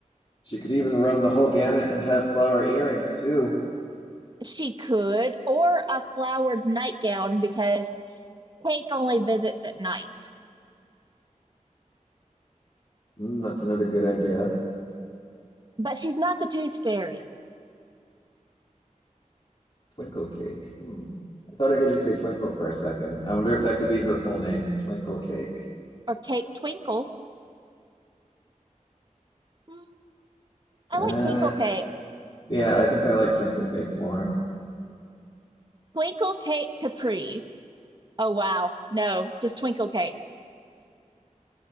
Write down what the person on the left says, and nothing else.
she could even run the whole gamut and have flower earrings too.
Mm, that's another good idea.
Twinkle cake. Hmm. I thought I heard you say twinkle for a second. I wonder if that could be her full name, Twinkle Cake.
Uh,
yeah, I think I like Twinkle Cake more.